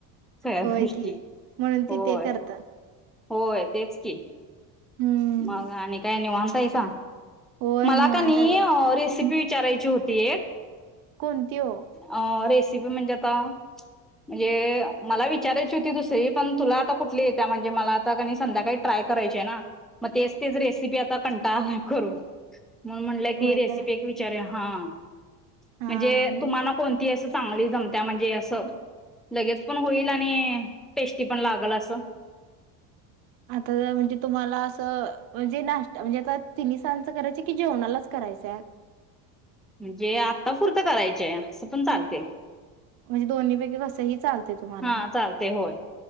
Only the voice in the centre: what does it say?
सगळ्या
गोष्टी
होय.
होय. तेच की
मग आणि काय निवांत हाईसा?
मला
कनी
रेसिपी
विचारायची होती एक.
अ रेसिपी म्हणजे आता म्हणजे मला विचारायची होती दुसरी पण तुला आता कुठली येत्या म्हणजे मला -- संध्याकाळी ट्राय करायचे ना मग तेच तेच रेसिपी आता कंटाळ आलाय करून. म्हणुन म्हणलं की
रेसिपी
एक विचारुया हां
म्हणजे
तुम्हाला कोणती असं -- चांगली जमत्या म्हणजे असं लगेच पण होईल आणि टेस्टी पण लागल असं.
म्हणजे आता पुुर्त करायचय असं पण चालतयं.
हा चालतंय होय.